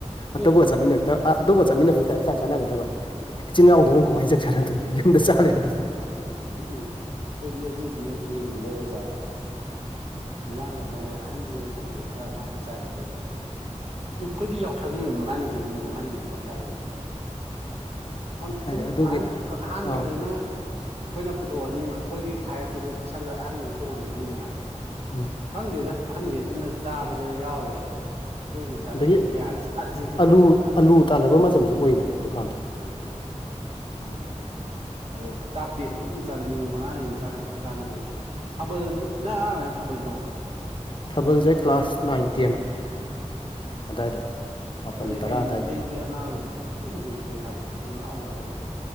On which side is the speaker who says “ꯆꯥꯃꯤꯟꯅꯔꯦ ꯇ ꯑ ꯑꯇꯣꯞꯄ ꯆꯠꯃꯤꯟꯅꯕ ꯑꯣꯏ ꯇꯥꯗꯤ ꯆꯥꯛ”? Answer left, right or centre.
Left